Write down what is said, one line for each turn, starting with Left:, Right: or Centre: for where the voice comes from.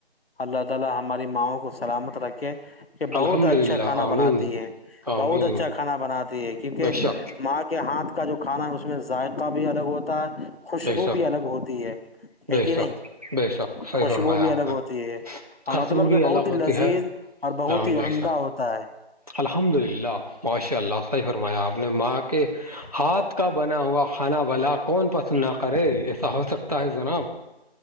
Left: اللہ تعالی ہماری ماؤں کو سلامت رکھے کہ بہت
Right: الحمد
Left: اچھا
Right: للہ
Left: کھانا
Right: آمین
Left: بناتی ہے بہت
Right: آمین
Left: اچھا کھانا بناتی ہے کیونکہ
Right: بے شک
Left: ماں کہ ہاتھ کا جو کھانا ہے اس میں ذائقہ بھی الگ ہوتا ہے خوشبو
Right: بے شک
Left: بھی الگ ہوتی ہے
Right: بے
Left: ہے کہ
Right: شک
Left: نہیں
Right: بے شک صحیح
Left: خوشبو
Right: فرمایا
Left: بھی الگ
Right: آپ نے
Left: ہوتی ہے اور
Right: خوشبو
Left: مطلب کہ
Right: بھی
Left: بہت
Right: الگ
Left: ہی لذیذ
Right: ہوتی ہے
Left: اور بہت
Right: ج
Left: ہی
Right: بھی ایسا
Left: عمدہ ہوتا ہے
Right: الحمد للہ معاشی اللہ تی فرمایا آپ نے ماں کے ہاتھ کا بنا ہوا کھانا واللا کون پسند نہ کرے ایسا ہو سکتا ہے جناب